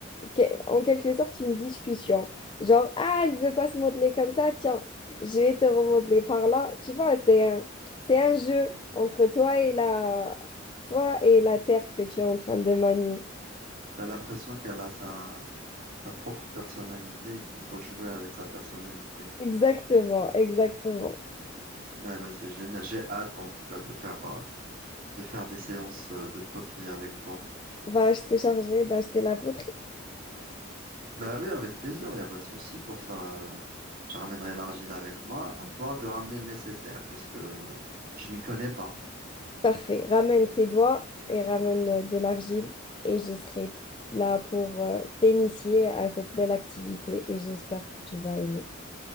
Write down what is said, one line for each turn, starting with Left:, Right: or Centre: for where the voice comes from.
Left: que- en quelque sorte une discussion. Genre, ah, elle veut pas se modeler comme ça, tiens, je vais te remodeler par là. Tu vois, c'est un, c'est un jeu entre toi et la, toi et la terre que tu es en train de manier.
Right: T'as l'impression qu'elle a sa, sa propre personnalité et qu'il faut jouer avec sa personnalité.
Left: Exactement, exactement.
Right: Ouais, ben c'est génial. J'ai hâte, en tout cas, de faire, euh, de faire des séances euh, de poterie avec toi.
Left: Bah, je te chargerai d'acheter la poterie.
Right: Bah oui, avec plaisir, il n'y a pas de souci pour ça. Je ramènerai l'argile avec moi. À toi de ramener le nécessaire parce que je m'y connais pas.
Left: Parfait. Ramène tes doigts et ramène euh, de l'argile et je serai là pour euh, t'initier à cette belle activité et j'espère que tu vas aimer.